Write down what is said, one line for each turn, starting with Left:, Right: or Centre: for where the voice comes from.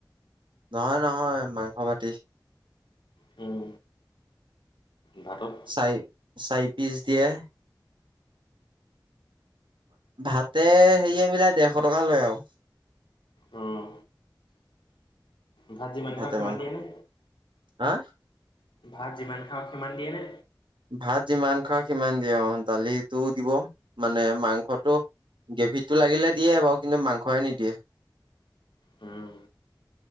Right: নহয় নহয়, মাংস বাটি।
Left: উম। ভাতত
Right: চাই, চাই পিছ দিয়ে। ভাতে হেৰিয়ে মিলাই ডেৰশ টকা লয় আৰু।
Left: উম, ভাত যিমান
Right: ভাতে
Left: খাওঁ সিমান
Right: মাংস,
Left: দিয়ে নে?
Right: হা!
Left: ভাত যিমান খাওঁ সিমান দিয়েনে?
Right: ভাত যিমান খাওঁ সিমান দিয়ে, দালিটোও দিব, মানে মাংসটো গ্ৰেভিটো লাগিলে দিয়ে বাৰু কিন্তু মাংসহে নিদিয়ে।
Left: উম।